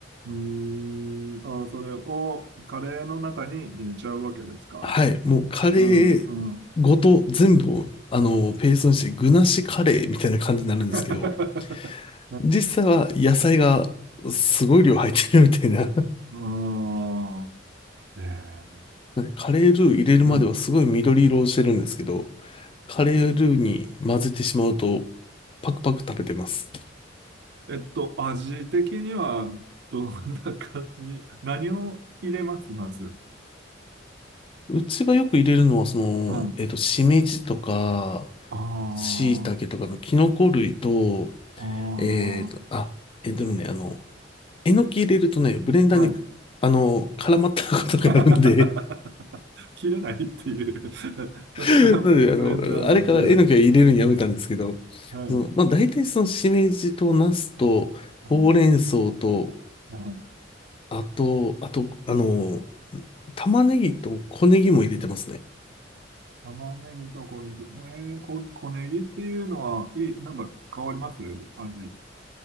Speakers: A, on the right; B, on the left.
A: うーん、あー、それをカレーの中に入れちゃうわけですか
B: はい。もうカレーごと全部を、
A: うん、うん。
B: あの、ペーストにして、具なしカレーみたいな感じになるんですけど、
A: <laughs>
B: 実際は野菜がすごい量入ってるみたいな
A: うん、ああ、ええ、
B: なんでカレールー入れるまではすごい緑色をしてるんですけど、
A: うん。
B: カレールーに混ぜてしまうとパクパク食べてます。
A: えっと、味的には、どんな感じに、何を入れます、まず。
B: うちがよく入れるのはその、
A: はい。
B: えっと、しめじとか、
A: ああ、
B: しいたけとかのキノコ類と、
A: あ
B: えっと、あ、え、でもね、あの、えのき入れるとね、ブレンダーに、
A: あ、はい。
B: あの、絡まったことがあるんで、
A: <laughs> 切れないっていう。<laughs> さすがブレンダーでは切れない。
B: <laughs> なので、あの、あれからえのきは入れるのやめたんですけど、
A: ね、はい。
B: その、まあ、大体そのしめじとナスと、
A: うん、はい。
B: ほうれん草と、
A: はい
B: あと、あと、あの、玉ねぎと小ネギも入れてますね。
A: 玉ねぎと小ネギ。えー、こ、小ネギっていうのは、いい、なんか変わります味。